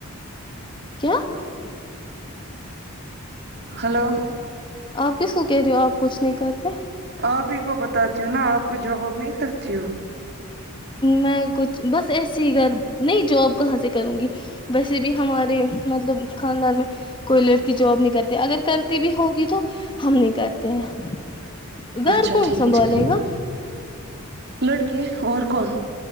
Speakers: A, on the left; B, on the right.
A: کیا
B: ہیلو
A: آپ کس کو کہہ رہی ہو آپ کچھ نہیں کرتے
B: آپ ہی کو بتاتی ہو نا آپ کو جاب واب نہیں کرتی ہو
A: میں کچھ بس ایسی گھر نہیں جاب کہاں سے کروں گی ویسے بھی ہمارے مطلب خاندان میں کوئی لڑکی جاب نہیں کرتی اگر کرتی بھی ہوگی تو ہم نہیں کرتے ہیں گھر
B: اچھا
A: کون
B: ٹھیک
A: سنبھالے
B: ٹھیک
A: گا
B: لڑکے اور کون